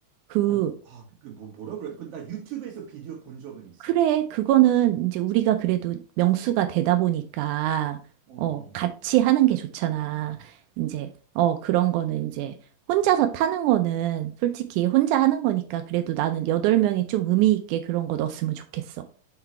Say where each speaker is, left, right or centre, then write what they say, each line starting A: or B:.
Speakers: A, on the right (about 85°); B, on the right (about 55°).
A: 그,
B: 뭔 아, 그 뭐, 뭐라 그래? 그, 나 유튜브에서 비디오 본 적은 있어.
A: 그래, 그거는 이제 우리가 그래도 명수가 되다 보니까,
B: 어,
A: 어,
B: 어,
A: 같이 하는 게 좋잖아. 이제, 어, 그런 거는 이제 혼자서 타는 거는 솔직히 혼자 하는 거니까 그래도 나는 여덟 명이 좀 의미 있게 그런 거 넣었으면 좋겠어.